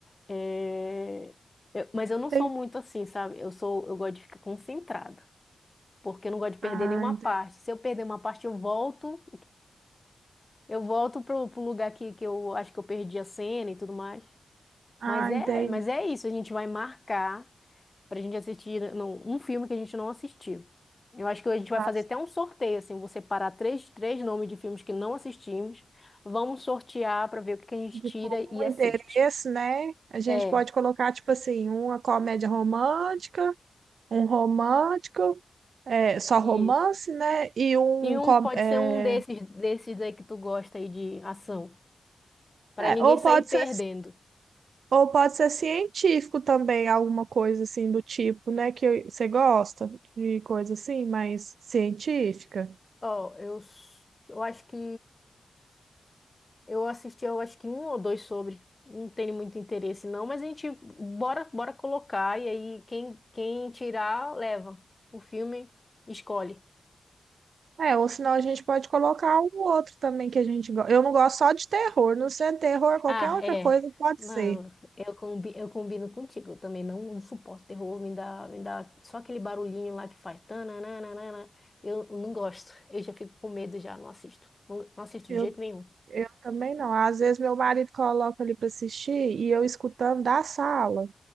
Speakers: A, on the left (about 25°); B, on the right (about 85°).
A: É, eu- mas eu não
B: Tem...
A: sou muito assim, sabe? Eu sou, eu gosto de ficar concentrada, porque eu não gosto de perder
B: Ah,
A: nenhuma
B: entendi.
A: parte. Se eu perder uma parte, eu volto, eu volto pro, pro lugar que, que eu acho que eu perdi a cena e tudo mais.
B: Ah,
A: Mas é,
B: entendi.
A: mas é isso, a gente vai marcar pra gente assistir né, não, um filme que a gente não assistiu. Eu acho que a gente vai
B: Tá
A: fazer
B: certo.
A: até um sorteio, assim, vou separar três, três nomes de filmes que não assistimos, vamos sortear pra ver o que que a gente
B: De
A: tira
B: comum
A: e assiste.
B: interesse, né? A gente
A: É,
B: pode colocar, tipo assim, uma comédia romântica, um romântico, é, só romance,
A: isso.
B: né? E um.
A: E um
B: com-
A: pode
B: É,
A: ser um desses desses aí que tu gosta aí de ação, Pra
B: é,
A: ninguém
B: ou
A: sair
B: pode
A: perdendo.
B: ser, ou pode ser científico também, alguma coisa assim do tipo, né? Que você gosta de coisa assim, mais científica.
A: Ó, eu s- eu acho que eu assisti eu acho que um ou dois sobre. Não tenho muito interesse não, mas a gente bora bora colocar e aí quem quem tirar leva. O filme escolhe.
B: É, ou senão a gente pode colocar um outro também que a gente gosta. Eu não gosto só de terror, não sendo terror, qualquer
A: Ah,
B: outra
A: é.
B: coisa pode
A: Não,
B: ser.
A: eu, combi, eu combino contigo. Eu também não suporto terror, me dá, me dá só aquele barulhinho lá que faz. tananana. Eu não gosto. Eu já fico com medo já, não assisto. Não, não assisto
B: Eu,
A: de jeito nenhum.
B: eu também não. Às vezes meu marido coloca ali para assistir e eu escutando da sala.